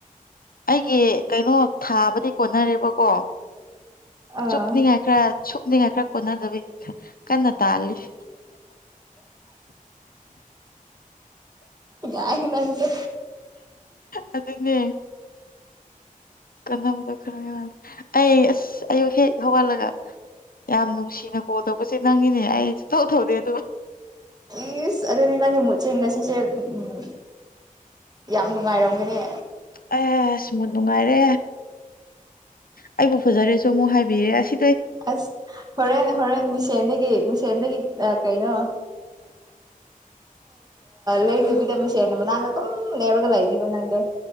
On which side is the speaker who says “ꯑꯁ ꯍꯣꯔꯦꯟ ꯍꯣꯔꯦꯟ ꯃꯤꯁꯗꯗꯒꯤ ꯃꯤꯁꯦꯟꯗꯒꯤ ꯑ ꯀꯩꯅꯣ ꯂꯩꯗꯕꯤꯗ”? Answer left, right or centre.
Right